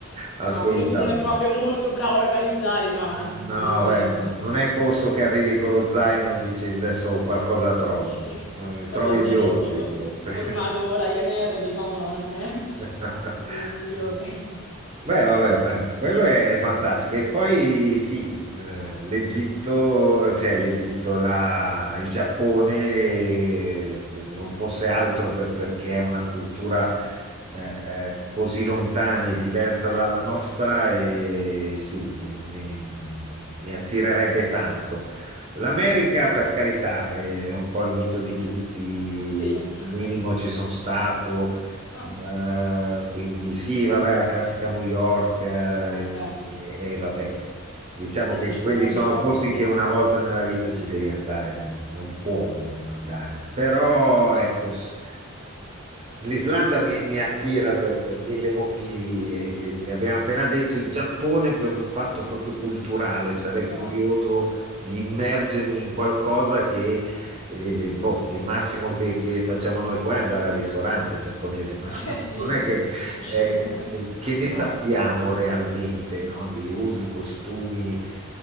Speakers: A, on the right; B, on the left.
A: assolutamente.
B: no, a meno che non è proprio molto bravo a organizzare, ma
A: No,
B: a meno che
A: beh, no,
B: diciamo,
A: non è posto che arrivi con lo zaino e dici adesso qualcosa trovo.
B: sì,
A: Eh,
B: con
A: trovi
B: lo zainetto
A: gli orsi,
B: fo-
A: forse.
B: formato Ryanair, diciamo no, non è
A: <laughs>
B: non è il migliore.
A: Beh, vabbè, beh, quello è fantastico. E poi sì, eh, l'Egitto, cioè l'Egitto, la- il Giappone, eh, non fosse altro per- perché è una cultura eh, eh, così lontana e diversa dalla
B: Eh sì,
A: nostra, e sì, mi, mi- mi attirerebbe tanto. L'America, per carità, è un po' il mito di tutti,
B: sì. <laughs>
A: minimo ci sono stato.
B: Mh,
A: Eh, quindi sì, vabbè, la classica New York, eh,
B: okay.
A: e, e vabbè, diciamo
B: E ti
A: che
B: è piaciuta
A: quelli
B: New
A: sono
B: York?
A: posti che una volta nella vita ci devi andare, non, non puoi non andare. Però ecco, s- l'Islanda mi, mi attira per, per mille motivi e,
B: Eh,
A: e abbiamo appena detto il Giappone per un fatto proprio culturale, sarei
B: culturale.
A: curioso
B: Mh.
A: di immergermi in qualcosa che e, boh, il massimo che, che facciamo noi qua è andare al ristorante giapponese, <laughs> ma
B: Eh
A: non
B: <laughs> sì,
A: non è che,
B: il sushi
A: eh,
B: <laughs>
A: che- che
B: e
A: ne
B: basta.
A: sappiamo realmente, no? Di usi, costumi.